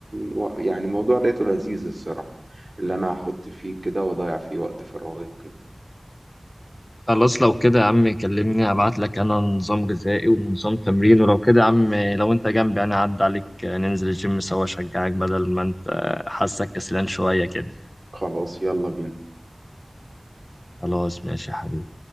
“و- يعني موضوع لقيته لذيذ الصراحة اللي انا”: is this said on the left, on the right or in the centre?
Right